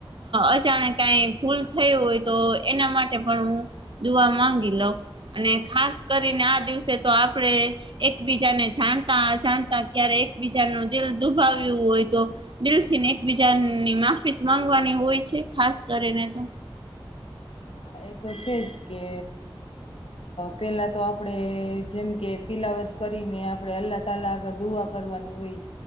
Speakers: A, on the right; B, on the left.
A: અજાણ ક ફૂલ થય હોય તો એના માટે પણ હું દુવા માંગી લઉ અને ખાસ કરીને આ દિવસે તો આપણે એકબીજાને જાણતા અજાણતા ક્યારે એક બીજા નું દિલ દુભાવ્યું હોય તો દિલ થીને એકબીજાની માફી માંગવાની હોય છે ખાસ કરીને તો
B: હા એ તો છે જ કે પેલા તો આપડે જેમ કે તિલા મદદ કરીને આપડણે અલ્લા તલા આગળ દુઆ કરવાની હોય.